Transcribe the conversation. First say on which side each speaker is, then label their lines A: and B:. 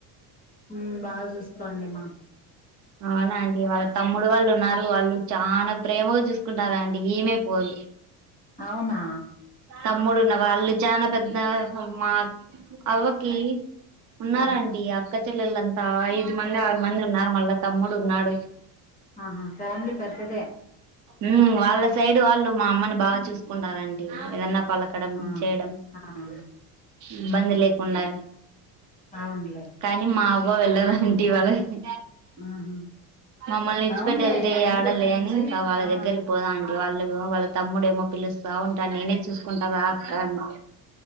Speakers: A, on the left; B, on the right.
A: ఉమ్ బా చూసుకోండి మా
B: అవునా అండి వాళ్ళ తమ్ముడు వాళ్ళు ఉన్నారు వాళ్ళు చానా ప్రేమగా చూసుకుంటా రండి ఈమె పోదు
A: అవునా
B: తమ్ముడున్న వాళ్ళు చానా పెద్ ద <unintelligible> అవ్వకి ఇయ్యి ఉన్నారూ
A: ఆ
B: ఆంటీ అక్క చ్చల్లెలంతా ఐదు మంది ఆరు మంది ఉన్నారు మళ్ళా తమ్ముడు ఉన్నాడు
A: ఆహా ఫ్యామిలీ పెద్దదే
B: ఉ మ్ వాళ్ళ సై డ్ వాళ్ళు మా అమ్మని బా చూసుకుంటారూ అం ఏదన్నా పలకడం
A: ఆ
B: చేయడం
A: ఆ ఆ
B: ఇబ్బంది లేకుండా
A: అవునులే
B: కానీ మా అవ్వ వెళ్ళదంటీ వాళ్ళకి
A: ఆహా
B: మమ్మల్ని ఇచిపెట్టి
A: అవునులే
B: వెళ్తే
A: ముందటి
B: ఆడలే
A: నుంచి
B: అని ఇంకా వాళ్ళ
A: ఆ
B: దగ్గరికి పోదాం అం వాళ్ళ వాళ్ళ తమ్ముడేమో పిలుస్తా ఉ టా నేనే చూసుకుంటారా కానీ